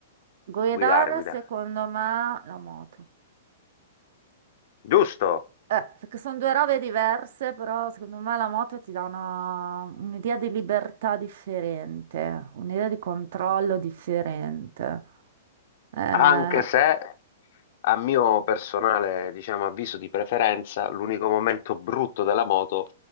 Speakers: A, on the right; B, on the left.
A: eh? Guidare
B: Guidare, guidare.
A: secondo me la moto.
B: Giusto?
A: Eh, perché sono due robe diverse, però secondo me la moto ti dà una- un'idea di libertà differente, un'idea di controllo differente. Eh,
B: Anche se, a mio personale, diciamo, avviso di preferenza, l'unico momento brutto della moto